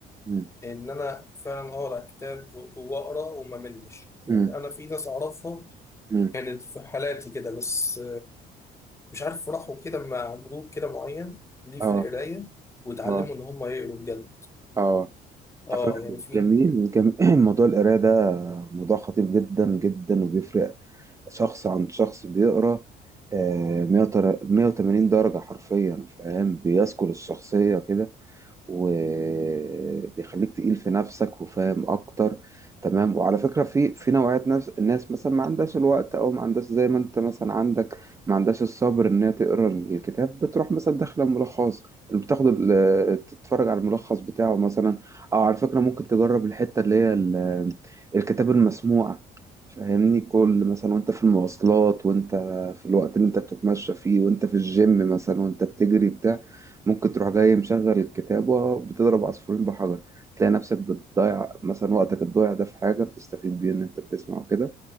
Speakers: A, on the right (about 20°); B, on the left (about 15°).
A: مم.
B: ان انا فعلا اقرا كتاب و- واقرا وما ملش
A: مم.
B: يعني انا في ناس اعرفها
A: مم.
B: كانت في حالاتي كده بس مش عارف راحوا كده مع جروب كده معين ليه في
A: اه
B: القراية وتعلموا
A: اه
B: إن هم يقروا بجد
A: اه
B: اه
A: على فكرة
B: يعني في
A: جميل جميل <clears throat> موضوع القرايه ده موضوع خطير جدا جدا وبيفرق شخص عن شخص بيقرا آه، 180 درجة حرفيا فاهم بيسكل الشخصية كده وبيخليك تقيل في نفسك وفاهم اكتر تمام وعلى فكرة في في نوعية ناس الناس مثلا ما عندهاش الوقت او ما عندهاش زي ما انت مثلا عندك ما عندهاش الصبر ان هي تقرا الكتاب بتروح مثلا داخله ملخص بتاخد ال- تتفرج على الملخص بتاعه مثلا او على فكرة ممكن تجرب الحتة اللي هي ال- الكتاب المسموع فاهمني كل مثلا وانت في المواصلات وانت في الوقت اللي انت بتتمشى فيه وانت في الجيم مثلا وانت بتجري بتاع ممكن تروح جاي مشغل الكتابة بتضرب عصفورين بحجر تلاقي نفسك بتضيع مثلا وقتك الضايع ده في حاجة بتستفيد بيه إن أنت بتسمع وكده